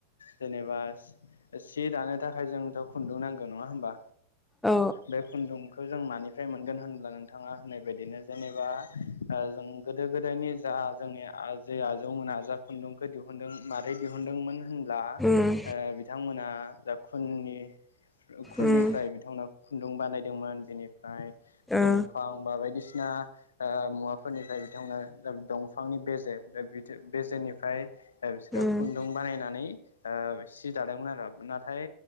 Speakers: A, on the left (about 70°); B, in the centre.
A: जेनेबा सि दानो थाखाय जोंथ' खुन्दुं नांगौ नङा होमबा
B: औ
A: बे खुन्दुं खौ जों मानिफ्राय मोनगोन होनब्ला नोंथाङा होननाय बायदिनो जेनेबा ओ जों गोदो गोदायनि जा जोंनि जे आजौमोना जा खुन्दुंखौ दिहुनदों मारै दिहुनदोंमोन ब्ला ओ
B: उम
A: बिथांमोना दा खुननि खुननिफ्राय
B: उम
A: बिथांमोना खुन्दुं बानायदोंमोन बेनि ओमफ्राय
B: ओ
A: दंफां बा बायदिसिना ओ मुवाफोरनिफ्राय बिथांमोना दंफांनि बेजे बेजेनिफ्राय ओमफ्राय बिसोरो
B: उम
A: खुन्दुं बानायनानै ओ सि दादोंमोन आरो नाथाय